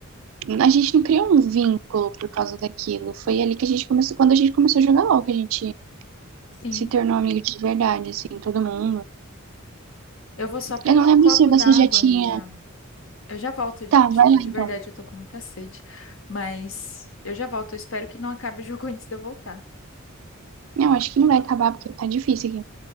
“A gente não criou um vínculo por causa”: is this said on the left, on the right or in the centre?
Right